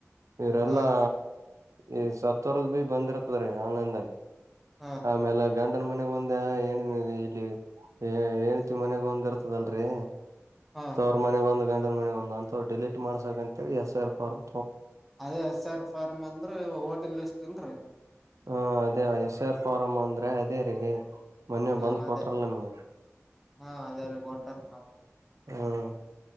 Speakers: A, on the right; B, in the centre.
A: ಇವ್ರಲ್ಲಾ
B: ಹಾ ರೀ
A: ಈ ಸತ್ತೋರದ ರೀ ಬಂದಿರ್ತದ್ರೀ ಆನ್ಲೈನ್ದಾಗ.
B: ಹಾ
A: ಆಮೇಲೆ ಗಂ <unintelligible> ನ್ ಮನೆಗ ಒಂದ ಏ ಇಲ್ಲಿ ಏಂಡ್ತೀ ಮನೆಗ ಒಂದ ಇರ್ತದಲ್ರರಿ.
B: ಹಾ
A: ತವರು ಮನೆಗ್ ಒಂದು ಗಂಂಡನ ಮನೆಗ ಒಂದು ಅಂತವ್ ಡಿಲೀಟ್ ಮಾಡ್ಸಕ್ ಅಂತೇಳಿ ಎಸ್ ಐ ಆರ್ ಪಾರ್ಮ್.
B: ಅದೇ ಎಸ್ ಆರ್ ಫಾರ್ಮ್ ಅಂದ್ರ ಓಟಿಂಗ್ ಲಿಸ್ಟ್ ಇಲ್ರೀ.
A: ಹ ಅದೇ ಎಸ್ ಐ ಆರ್ ಫಾರಂ ಅಂದ್ರೆ ಅದೇ ರೀ. ಮೊನ್ನೆ
B: ಹಾ
A: ಬಂದ್
B: ಅದೇ
A: ಕೊಟ್ರಲ್ಲ ನಿಮಗ್.
B: ಹಾ ಅದೇ ರೀ ಕೋಟ್ಟದ <unintelligible>
A: ಹ್ಮ್